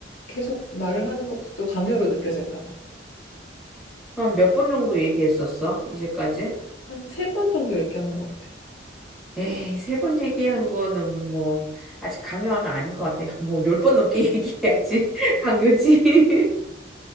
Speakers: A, on the left; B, in the centre.
A: 계속 말을 하는 것도 강요로 느껴질까 봐.
B: 그럼 몇 번 정도 얘기했었어? 이제까지?
A: 한 세 번 정도 얘기한 것 같아.
B: 에이, 세 번 얘기한 거는 뭐, 아직 강요는 하 아닌 것 같아. 뭐, 열 번 넘게 <laughs> 얘기해야지. 강요지. <laughs>